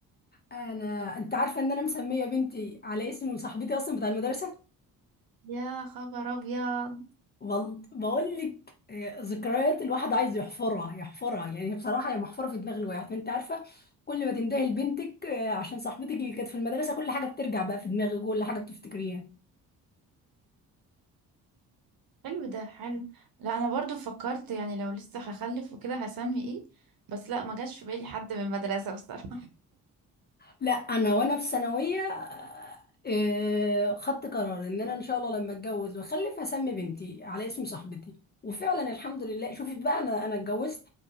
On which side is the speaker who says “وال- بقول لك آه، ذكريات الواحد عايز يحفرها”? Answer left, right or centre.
Left